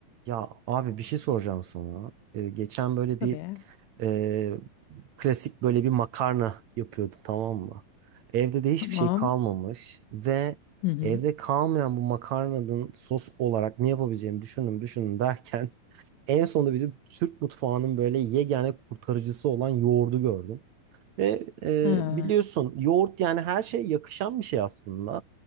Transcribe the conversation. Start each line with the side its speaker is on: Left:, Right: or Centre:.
Right: Ya abi bir şey soracağım sana. Ee, geçen böyle bir
Left: Tabii.
Right: e, klasik böyle bir makarna yapıyordu tamam mı? Evde de hiçbir
Left: Tamam.
Right: şey kalmamış ve
Left: Hı hı.
Right: evde kalmayan bu makarnanın sos olarak ne yapabileceğimi düşündüm düşündüm derken <laughs> en sonunda bizim Türk mutfağının böyle yegane kurtarıcısı olan yoğurdu gördüm. Ve e,
Left: Ha.
Right: biliyorsun yoğurt yani her şeye yakışan bir şey aslında.